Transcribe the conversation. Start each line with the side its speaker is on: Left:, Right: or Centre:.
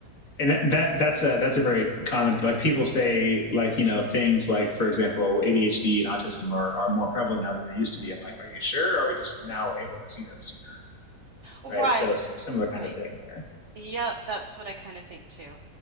Left: And that, that that's a that's a very common like people say like you know things like for example ADHD and autism are are more prevalent now than they used to be. I'm like, are you sure? Or Are we just now able to see them sooner?
Right: Right,
Left: Right? So it's a similar kind
Right: right.
Left: of thing there.
Right: Yep, that's what I kind of think too.